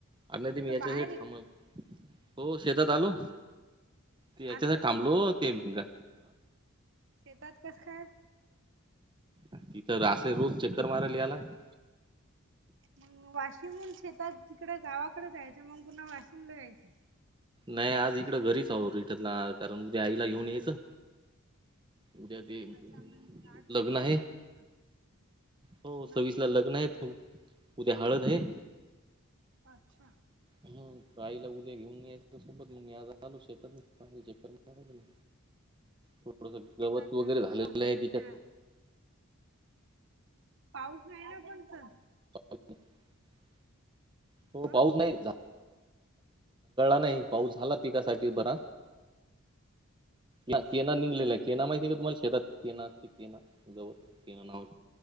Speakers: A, on the right (about 20°); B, on the right (about 55°).
A: अर नाही ती
B: कुठं
A: मी याच्यासाठी
B: बाहेर आहे
A: थांब हो शेतात आलो. ते याच्यासाठी
B: आज कस
A: थांबलो
B: काय शेतात
A: ते अंह
B: शेतात कसं काय?
A: तिथं असले रोज चक्कर मारायले याय लागतं.
B: मंग वाशिमहून शेतात तिकडे गावाकडे जायचं मंग पुन्हा वाशिमला यायचं.
A: नाही आज इकड घरीच आहोत रिटतला कारण उद्या आईला घेऊन यायचं उद्या ते अं,
B: अच्छा म्हणजे आठ
A: लग्न
B: रिचेक्टल
A: आहे
B: नसता
A: हो
B: कोणाशी
A: सव्वीस ला
B: वापर
A: लग्न आहे उद्या हळद हाय.
B: अच्छा.
A: हम त आईला उद्या घेऊन यायच. त्या सोबत मी आज आलो शेतात चक्कर मारायले. थोडसं
B: शेतात
A: गवत वगैरे
B: हो
A: झालेलं
B: आता
A: आहे
B: सध्या
A: तिथं.
B: पाऊस नाही ना पण त.
A: <inaudible> हो
B: हा
A: पाऊस नाही <inaudible> नाही पाऊस झाला पिकासाठी बरा.
B: हम्म
A: ना केना निघलेला केना माहिती आहे का तुम्हाला शेतात केना असते केना गवत केना नावच.